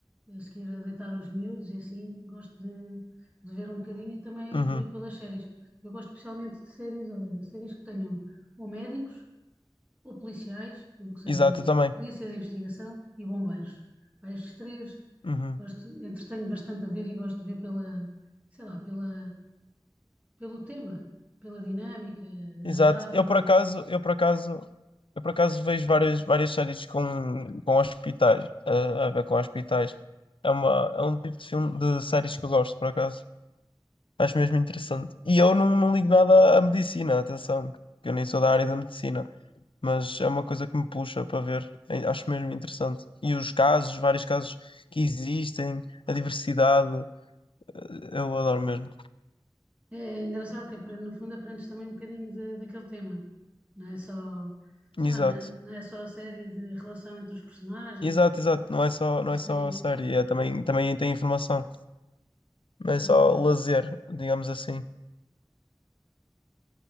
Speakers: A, on the right; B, on the left.
A: a seguir a deitar os miúdos e assim, gosto de, de ver um bocadinho e também
B: Uhum.
A: vou ir pelas séries. Eu gosto especialmente de séries, olha, séries que tenham ou médicos ou policiais, tudo o que seja
B: Exato, eu também.
A: polícias, investigação e bombeiros. Pá, estes três
B: Uhum.
A: gosto, entretenho bastante a ver e gosto de ver pela, sei lá, pela, pelo tema, pela dinâmica,
B: Exato.
A: a azáfama.
B: Eu por acaso, eu por acaso, eu por acaso vejo várias, várias séries com, com hospitais, eh, a ver com hospitais. É uma, é um tipo de filme de séries que eu gosto, por acaso. Acho mesmo interessante. E eu não, não ligo nada à medicina, atenção, que eu nem sou da área da medicina, mas é uma coisa que me puxa para ver. Eh, Acho mesmo interessante. E os casos, vários casos que existem, a diversidade, eh, eu adoro mesmo.
A: É engraçado que apre- no fundo aprendes também um bocadinho de- daquele tema. Não é só,
B: Exato.
A: sei lá, não é, não é só a série de relação entre os personagens
B: Exato,
A: e assim,
B: exato. Não é só, não
A: mas
B: é só
A: tem
B: a série, é também, também tem informação. Não é
A: muita-
B: só lazer, digamos assim.